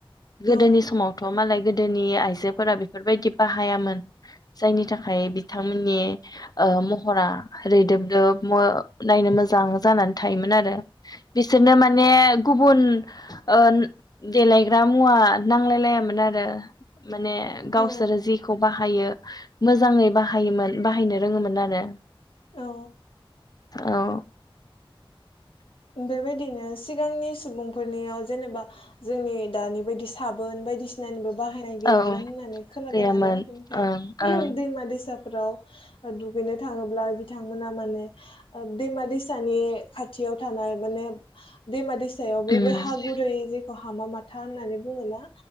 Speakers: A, on the left; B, on the left.
A: औ
B: गोदोनि समाव थ' मालाय गोदोनि आइजोफोरा बेफोरबायदि बाहायामोन जायनि थाखाय बिथांमोननि महरा ओ रैदोबदोब नायनो मोजां जानानै थायोमोन आरो बिसोरनो माने माने गुबुन ओ देलायग्रा मुवा नांलायलायामोन आरो माने गावसोरो
A: औ
B: जेखौ बाहायो मोजाङै बाहायोमोन बाहायनो रोङोमोन आरो
A: औ
B: औ
A: बेबायदि बिदिनो सिगांनि सुबुंफोरनियाव जेनेबा जोंनि दानि बायदिसो साबोन बायदिसिनानिबो बाहायनाय गैयामोन
B: औ
A: होननानै खोनादों
B: गैयामोन
A: आरो बेनिखाय
B: ओं ओं
A: दैमा दैसा फोराव दुगैनो थाङोब्ला बिथांमोना माने दैमा दैसानि खाथियाव थानाय माने दैमा दैसायाव बै
B: उम
A: बे हा गुरै जेखौ हामा माथा होननानै बुङोना